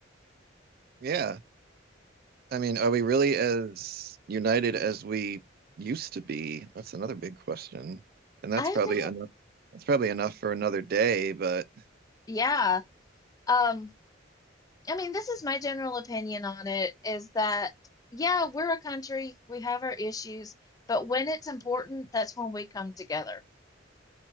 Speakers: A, on the right (about 50°); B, on the left (about 20°).
A: Yeah. I mean, are we really as united as we used to be? That's another big question. And that's
B: I
A: probably
B: don't,
A: enough. That's probably enough for another day, but
B: yeah. Um, I mean, this is my general opinion on it is that, yeah, we're a country, we have our issues, but when it's important, that's when we come together.